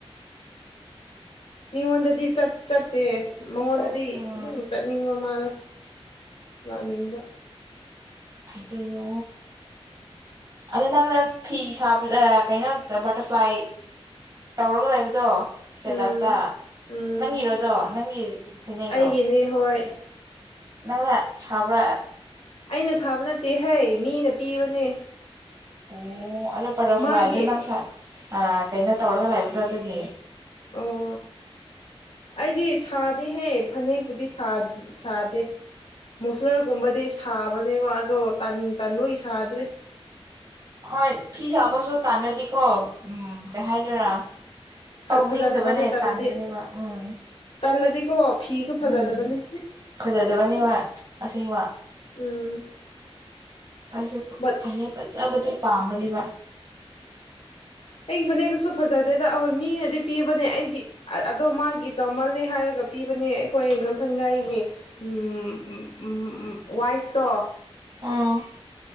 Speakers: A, on the left; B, on the right.
A: ꯃꯤꯑꯣꯡꯗꯗꯤ ꯆꯠ ꯆꯠꯇꯦ ꯃꯉꯣꯟꯗꯗꯤ
B: ꯎꯝ
A: ꯑꯗꯨꯝ ꯆꯠꯅꯤꯡꯕ ꯃꯥꯅ ꯂꯥꯛꯅꯤꯡꯕ
B: ꯍꯥꯏꯗꯣꯏꯅꯣ ꯑꯗꯣ ꯅꯪꯅ ꯐꯤ ꯁꯥꯕꯗ ꯀꯩꯅꯣꯗ ꯕꯇꯔꯐ꯭ꯂꯥꯏ ꯇꯧꯔꯒ ꯂꯩꯕꯗꯣ ꯁꯇꯦꯇꯁꯇ
A: ꯎꯝ ꯎꯝ
B: ꯅꯪꯒꯤꯔꯣꯗꯣ ꯅꯪꯒꯤ ꯐꯤꯅꯦꯛꯂꯣ
A: ꯑꯩꯒꯤꯅꯤ ꯍꯣꯏ
B: ꯅꯪꯗ ꯁꯥꯕ꯭ꯔ
A: ꯑꯩꯅ ꯁꯥꯕ ꯅꯠꯇꯦ ꯍꯩ ꯃꯤꯅ ꯄꯤꯕꯅꯦ
B: ꯑꯣ ꯑꯗꯣ ꯕꯇꯔꯐ꯭ꯂꯥꯏꯗ
A: ꯃꯥꯒꯤ
B: ꯅꯪ ꯀꯩꯅꯣ ꯇꯧꯔꯒ ꯂꯩꯕꯗꯣ ꯑꯗꯨꯗꯒꯤ
A: ꯑꯣ ꯑꯩꯗꯤ ꯁꯥꯗꯦꯍꯦ ꯐꯅꯦꯛꯄꯨꯗꯤ ꯁꯥꯗꯦ ꯃꯨꯐꯂꯔꯒꯨꯝꯕꯗꯤ ꯁꯥꯕꯅꯦꯕ ꯑꯗꯣ ꯇꯟꯕꯒꯤ ꯁꯥꯗ꯭ꯔꯦ
B: ꯍꯣꯏ ꯐꯤ ꯆꯕ ꯆꯣ ꯇꯥꯟꯗꯤ ꯀꯣ ꯎꯝ ꯀꯩ ꯍꯥꯏꯗꯣꯏꯔꯥ
A: ꯐꯖꯗꯕꯅꯦ
B: ꯇꯧꯅꯤꯡꯗꯕꯅꯦ
A: ꯇꯜꯂꯗꯤ
B: ꯇꯟꯕꯅꯦꯕ ꯎꯝ
A: ꯇꯜꯂꯗꯤꯀꯣ ꯐꯤꯁꯨ ꯐꯖꯗꯕꯅꯦ
B: ꯎꯝ ꯐꯖꯗꯕꯅꯤ ꯍꯣꯏ ꯑꯁꯦꯡꯕ
A: ꯎꯝ
B: ꯑꯩꯁꯨ ꯐ
A: ꯕꯠ
B: ꯐꯅꯦꯛ ꯐꯖꯕꯗꯤ ꯄꯥꯝꯕꯅꯤꯕ
A: ꯑꯩꯒꯤ ꯐꯅꯦꯛꯇꯨꯁꯨ ꯐꯖꯗꯦꯗꯣꯏ ꯃꯤꯅꯗꯤ ꯄꯤꯕꯅꯦ ꯑꯩꯒꯤ ꯑꯗꯣ ꯃꯥꯒꯤ ꯆꯥꯎꯃꯜꯂꯦ ꯍꯥꯏꯔꯒ ꯄꯤꯕꯅꯦ ꯑꯩꯈꯣꯏ ꯅꯝꯊꯪꯒꯥꯏꯒꯤ ꯎꯝ ꯎꯝ ꯎꯝ ꯋꯥꯏꯐꯇꯣ
B: ꯑꯥ